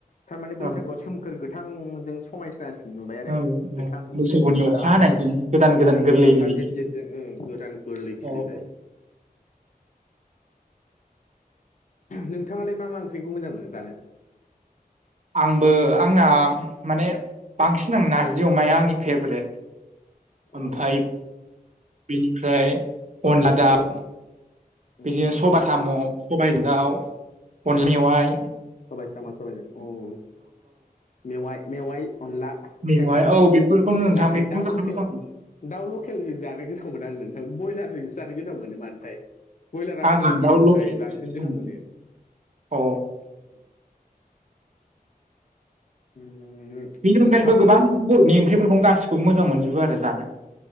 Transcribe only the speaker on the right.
औ
औ
औ बैसागुनि अखा
हानायजों गोदान
गोदान गोरलै
बिलाइ
खिलियो
औ औ
आंबो आंना माने बांसिन आं नारजि अमाया आंनि फेभरेट ओमफ्राय
बेनिफ्राय अनला दाउ बिदिनो
सबाइ साम' सबायजों दाउ
अनला मेवाइ
मेवाय
औ बेफोरखौनो नोंथां
बेफोरखौनो
जानो
मोजां मोनो
आंहा
दाउ
लकेलसो
मोजां
औ
बेनि अनगायैबो
गोबां
बर'नि ओंख्रिफोरखौ गासिखौबो मोजां मोनजोबो आरो जानो